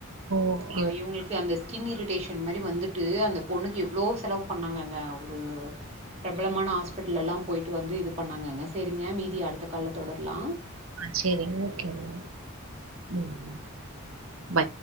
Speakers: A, on the right; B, on the right.
A: ஓகே
B: ஆ இவங்ளுக்கு அந்த ஸ்கின் இரிட்டேஷன் மாரி வந்துட்டு அந்த பொண்ணுக்கு எவ்ளோ செலவு பண்ணாங்கங்க அவ்ரு பிரபலமான ஹாஸ்பிட்ல எல்லா போயிட்டு வந்து இது பண்ணாங்கங்க சரிங்க மீதி அடுத்த கால்ல தொடர்லா
A: ஆ செரி ஓகேங்க ம் பாய்